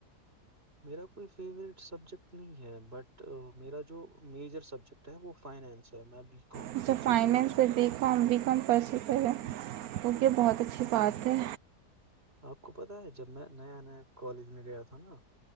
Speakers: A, on the right; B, on the right.
A: میرا کوئی فیورٹ سبجیکٹ نہیں ہے بٹ میرا جو میجر سبجیکٹ وہ فائنس ہے میں بی کام
B: اچھا
A: پرچو
B: فائنینس
A: کر رہا ہوں ایکچولی
B: ہے بی کام بھی کم پرس پ ہے کیونکہ
A: جی
B: بہت اچھی بات ہے
A: آپ کو پتاہ ہے جب میں نیا نیا کالج میں گیا تھا نا